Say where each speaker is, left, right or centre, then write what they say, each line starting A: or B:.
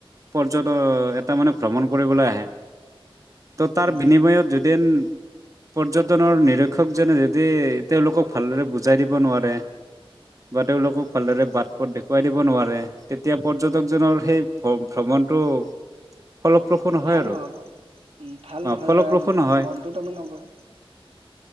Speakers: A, on the right (about 35°); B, on the right (about 80°).
A: পৰ্যট এটা মানে ভ্ৰমণ কৰিবলৈ আহে তো' তাৰ
B: উম
A: বিনিময়ত যদি পৰ্যটনৰ নিৰীক্ষকজনে যদি তেওঁলোকক ভালদৰে বুজাই দিব নোৱাৰে বা তেওঁলোকক ভালদৰে
B: উম
A: বাট পথ দেখুৱা শুৱাই দিব নোৱাৰে তেতিয়া পৰ্যটকজনৰ সেই ভ্ৰমণটো ফলপ্ৰসূ নহয়
B: ভাল
A: আৰু
B: নহব উ ভাল নহয়
A: ফলপ্ৰসূ
B: বা
A: নহয়
B: মনটো তো নবহে নহয়